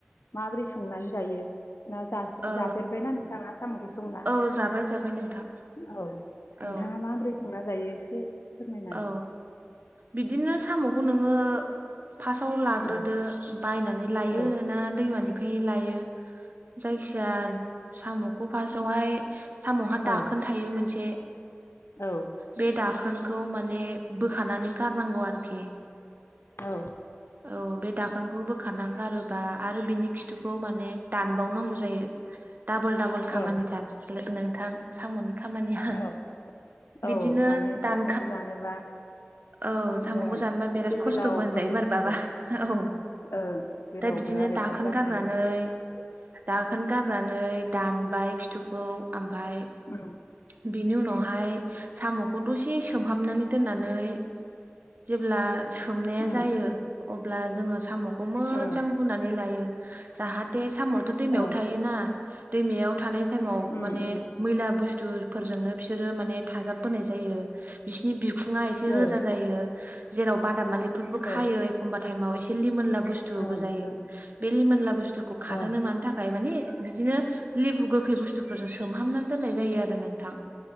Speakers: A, on the left; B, on the right.
A: माबोरै संनानै जायो? ना जाफ-जाफेरबायना
B: ओ
A: नोंथाङा साम'खौ संना?
B: औ जाबाय जाबाय नोंथां
A: औ नोंथाङा
B: औ
A: माबोरै संना जायो एसे फोरमायना
B: औ बिदिनो साम'खौ नोङो फासाव लाग्रोदो
A: होदो
B: बायनानै लायो
A: औ
B: ना दैमानि निफाय लायो जायखिजाया साम'खौ फासावहाय साम'हा
A: औ
B: दाखोन थायो मोनसे‌।
A: औ।
B: बे दाखोनखौ माने बोखानानै गारनांगौ आरोखि।
A: औ।
B: औ बे दाखोनखौ बोखारना गारो बा आरो बिनि खिथुखौ माने दानबावनांगौ जायो डाबल डाबल खामानिथार
A: औ
B: लो नोंथां साम'नि खामानिया
A: औ औ
B: बिदिनो
A: माने साम'खौ
B: दान
A: जानोबा
B: औ साम'खौ
A: नो
B: जानोबा बिराद
A: एसे
B: खस्थ'बो
A: गोलाव
B: होनजायो
A: प्रसेस
B: मारैबाबा
A: नांगौ
B: औ
A: ओं गोलावबो
B: दा बिदिनो
A: आरो
B: दाखोन
A: थाब जानो
B: गारनानै
A: नागिरा
B: नै दाखोन गारनानै दानबाय खिथुखौ आमफाय
A: उम।
B: बिनि उनावहाय साम'खौ दसे सोमहाबनानै दोननानै जेब्ला सोमनाया
A: उम
B: जायो। अब्ला जोङो साम'खौ मोज्जां
A: ओ
B: हुनानै लायो जाहाथे साम' थ' दैमायाव
A: ओ
B: थायोना दैमायाव थानाय टाइमाव
A: उम
B: माने
A: उम
B: मैला बुस्थुफोरजोंनो बिसोरो माने थाजाबबोनाय जायो बिसिनि बि खुंआ एसे
A: औ
B: रोजा जायो जेराव बादामालिफोरबो खायो
A: औ
B: एखमबा थाइमाव एसे लिमोनला बुसथुबो
A: ओं
B: जायो
A: ओं
B: बे लिमोनला बुस्थुखौ खार
A: ओं
B: होनो मानो था खाय मानि बिदिनो लेबु गोखै बुस्थुफोरजों सोमहाबनानै दोननाय जायो आरो नोंथां।